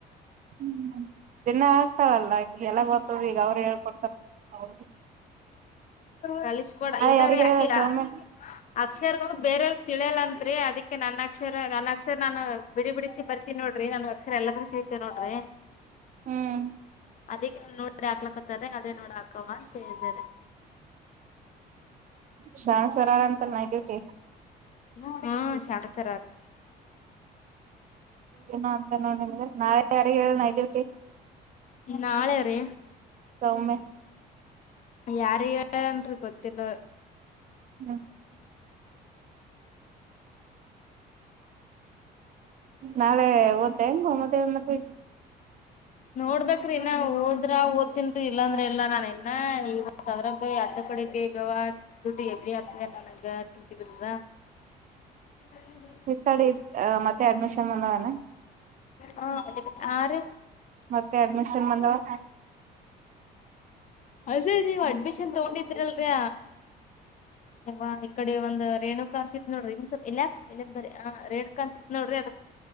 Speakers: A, on the right (about 50°); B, on the left (about 45°).
A: ಹ್ಮ್ ದಿನ ಓದ್ದತ್ತಾಲ್ಲ ಅಕ್ಕಿ ಎಲ್ಲಾ ಓದ್ದತ್ತಾಳಿ ಈಗ ಅವ್ರ ಹೇಳ್ಕೊಡ್ತಾರ ಅಲ್ಲ.
B: ಕಲಿಸ್ಕೊಡ ಇಲ್ಲರೆ
A: ಯಾರಿಗೆ
B: ಹಾಕಿಲ್ಲ.
A: ಸೌಮ್ಯ
B: ಅಕ್ಷರಗಳ್ ಬೇರೆಯವರಿಗೆ ತಿಳಿಯಲಂತ್ರಿ ಅದಿಕ್ಕೆ ನನ್ನ್ ಅಕ್ಷರ ನನ್ ಅಕ್ಷರ ನಾನು ಬಿಡಿ ಬಿಡಿಸಿ ಬರ್ತೀನ್ ನೋಡ್ರಿ ನನ್ ಅಕ್ಷರ ಎಲ್ಲಾದರೂ ಕೇಳತೆ ನೋಡ್ರಿ
A: ಹ್ಮ್
B: ಅದಕ್ಕೆ ನೋಡ್ರಿ ಹಾಕ್ಲಕ್ಕತ್ತಾರೆ ಅದೇ ನೋಡಿ ಹಾಕವ ಅಂತ ಹೇಳ್ದೆ ರೀ.
A: ಶಾವಣ್ ಸರ್ ಆದಾರಂತಲ್ಲ ನೈಟ್ ಡ್ಯೂಟಿ.
B: ಹ್ಮ್ <unintelligible>
A: ಏನ ಅಂತ ನೋಡಿರ ನಾಳೆ ಯಾರಿಗೆ ಹೇಳ್ ನೈಟ್ ಡ್ಯೂಟಿ.
B: ನಾಳೆ ರೀ
A: ಸೌಮ್ಯ
B: ಯಾರಿಗ್ ಹೇಳೆನ್ ರೀ ಗೊತ್ತಿಲ್ಲ.
A: ಹ್ಮ ನಾಳೆ ಹೋತ್ತಿಯೆನ್ ಮತ್ತೆ ಮತ್ತೆ
B: ನೋಡ್ಬೇಕ್ರಿ ಇನ್ನ ಹೋದ್ರೆ ಹೋದ್ತನ್ರಿ ಇಲ್ಲಾಂದ್ರೆ ಇಲ್ಲ ನಾನ್ ಇನ್ನ ಇವ ಅದ್ರೆ ಬರಿ ಅದ್ದ ಕಡೆಬೇಕು. ಎ ಆತ ನುಂಗ ಚಿಂತಿಕಿದದ <unintelligible>
A: ತಾಡಿ ಮತ್ತೆ ಅಡ್ಮಿಷನ್ ಬಂದವೇನಾ.
B: ಹಾ ಹರೀ.
A: ಮತ್ತೆ ಅಡ್ಮಿಷನ್ ಬಂದವ.
B: ಅದೇ ನೀವ್ ಅಡ್ಮಿಷನ್ ತಗೊಂಡಿದ್ರಲ್ರರಿ. ಯವ್ವ ಈಕಡೆ ಒಂದು ರೇಣುಕಾಂತ್ ಇತ್ ನೋಡ್ರಿ <unintelligible> ರೇಣುಕಾಂತ ಇತ್ ನೋಡ್ರಿ.